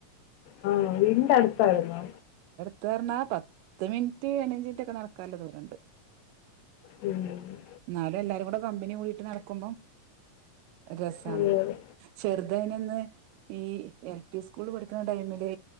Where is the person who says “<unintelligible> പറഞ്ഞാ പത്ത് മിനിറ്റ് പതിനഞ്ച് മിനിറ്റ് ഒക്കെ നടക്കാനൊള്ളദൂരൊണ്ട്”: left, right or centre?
Right